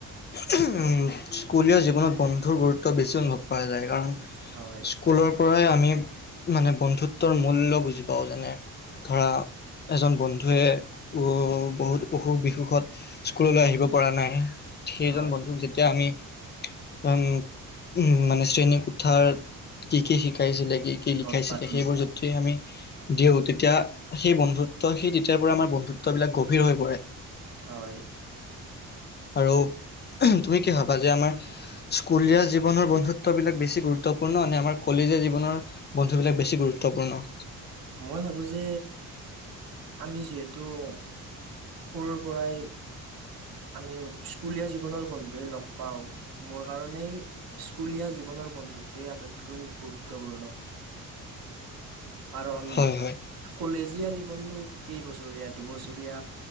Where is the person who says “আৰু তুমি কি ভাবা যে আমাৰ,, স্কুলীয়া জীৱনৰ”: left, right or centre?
Left